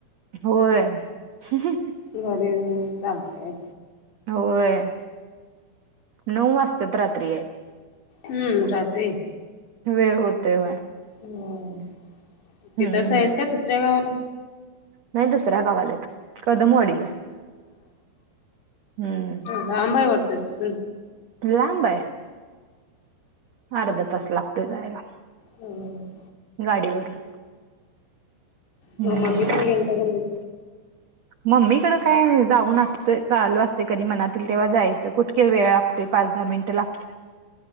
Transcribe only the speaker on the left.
घरी हाय म्हणून चालतय.
हम्म रात्री
होय
तिथंच आहेत का दुसऱ्या गावाला
लांबाई वारतात.
होम.
म मम्मी कड ग एंत न.